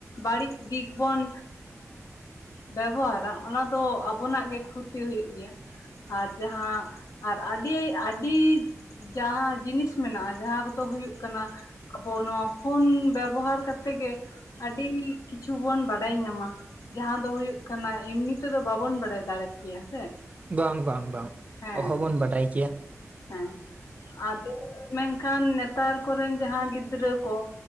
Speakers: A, on the left (about 80°); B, on the right (about 25°).
A: ᱵᱟᱹᱲᱤᱡ ᱫᱤᱠ ᱵᱚᱱ ᱵᱮᱵᱚᱦᱟᱨ-ᱟ ᱾ ᱚᱱᱟ ᱫᱚ ᱟᱵᱚᱱᱟᱜ ᱜᱮ, ᱠᱷᱚᱛᱤ ᱦᱩᱭᱩᱼᱜ ᱤᱧ ᱜᱮᱭᱟ᱾ ᱟᱨ ᱡᱟᱦᱟᱸ, ᱟᱨ ᱟᱹᱰᱤ - ᱟᱹᱰᱤ ᱡᱟᱦᱟᱸ ᱡᱤᱱᱤᱥ ᱢᱮᱱᱟᱜᱼᱟ᱾ ᱡᱟᱦᱟᱸ ᱠᱚᱼᱫᱚ ᱦᱩᱭᱩᱼᱜ ᱠᱟᱱᱟ᱾ ᱟᱵᱚ ᱱᱚᱣᱟ ᱯᱷᱳᱱ ᱵᱮᱵᱚᱦᱟᱨ ᱠᱟᱛᱮ ᱜᱮ, ᱟᱹᱰᱤ ᱠᱤᱪᱷᱩ ᱵᱚᱱ ᱵᱟᱰᱟᱭ ᱧᱟᱢᱟ᱾ ᱡᱟᱦᱟᱸ ᱫᱚ ᱦᱩᱭᱩᱼᱜ ᱠᱟᱱᱟ ᱾ ᱮᱢᱱᱤ ᱛᱮᱫᱚ ᱵᱟᱵᱚᱱ ᱵᱟᱲᱟᱭ ᱫᱟᱲᱮᱸ ᱠᱮᱭ-ᱟ᱾ ᱦᱮᱸ
B: ᱵᱟᱝ ᱵᱟᱝ ᱵᱟᱝ
A: ᱦᱮᱸ
B: ᱚᱦᱚ ᱵᱚᱱ ᱵᱟᱰᱟᱭ ᱜᱮᱭᱟ
A: ᱦᱮᱸ ᱟᱨ ᱢᱮᱱᱠᱷᱟᱱ ᱱᱮᱛᱟᱨ ᱠᱚᱨᱮᱱ ᱡᱟᱦᱟᱸ ᱜᱤᱫᱽᱨᱟᱹ ᱠᱚ,